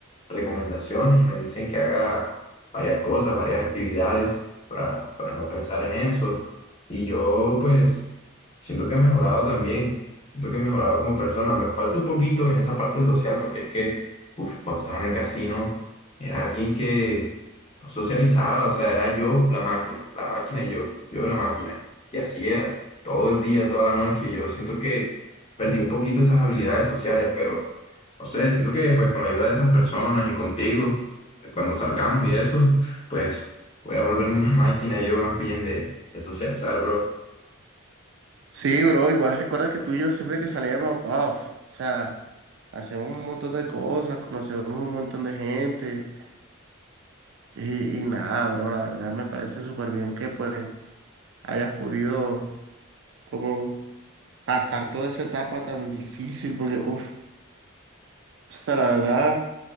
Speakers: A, on the left (about 30°); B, on the right (about 60°).
A: recomendaciones y me dicen que haga varias cosas, varias actividades para, para no pensar en eso. Y yo, pues, siento que he mejorado también. Siento que he mejorado como persona. Me falta un poquito en esa parte social, porque es que, uf, cuando estaba en el casino, era alguien que no socializaba, o sea, era yo la máquina, la máquina y yo, yo la máquina. Y así era, todo el día, toda la noche. Y yo siento que perdí un poquito esas habilidades sociales, pero no sé, siento que pues con la ayuda de esas personas y contigo, eh, cuando salgamos y eso, pues voy a volverme una <laughs> máquina yo más bien de, de socializar, bro.
B: Sí, bro, igual recuerda que tú y yo siempre que salíamos, puff, o sea, hacíamos un montón de cosas, conocíamos un montón de gente y, y nada, bro, la verdad me parece súper bien que pues hayas podido como pasar toda esa etapa tan difícil, porque, uff, o sea, la verdad...